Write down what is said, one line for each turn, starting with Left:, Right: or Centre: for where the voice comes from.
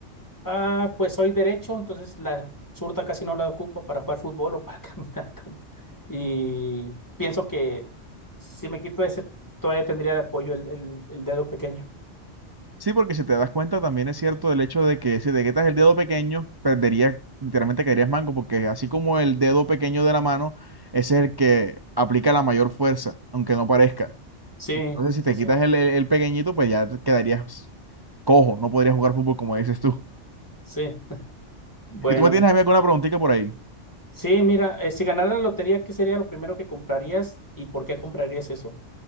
Left: Ah, pues soy derecho, entonces la surta casi no la ocupo para jugar fútbol o para <laughs> caminar tanto. Y pienso que si me quito ese, todavía tendría de apoyo el, el- el dedo pequeño.
Right: Sí, porque si te das cuenta, también es cierto el hecho de que si te quitas el dedo pequeño, perderías, literalmente caerías manco, porque así como el dedo pequeño de la mano ese es el que aplica la mayor fuerza, aunque no parezca.
Left: Sí,
Right: Entonces, si
Left: sí,
Right: te
Left: sí,
Right: quitas el, el- el pequeñito, pues ya te quedarías cojo, no podrías jugar fútbol como dices tú.
Left: sí. Bueno,
Right: ¿Y tú me tienes a mí alguna preguntita por ahí?
Left: sí, mira, eh, si ganara la lotería, ¿qué sería lo primero que comprarías y por qué comprarías eso?